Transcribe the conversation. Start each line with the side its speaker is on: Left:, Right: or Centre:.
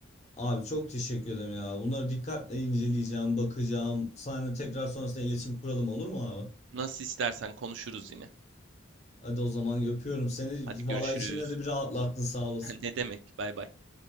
Left: Abi çok teşekkür ederim ya. Bunları dikkatle inceleyeceğim, bakacağım. Seninle tekrar sonrasında iletişim kuralım olur mu abi?
Right: Nasıl istersen konuşuruz yine.
Left: Hadi o zaman öpüyorum seni.
Right: Hadi görüşürüz.
Left: Vallahi içimde de bir rahatlattın sağ olasın.
Right: <laughs> Ne demek? Bay bay.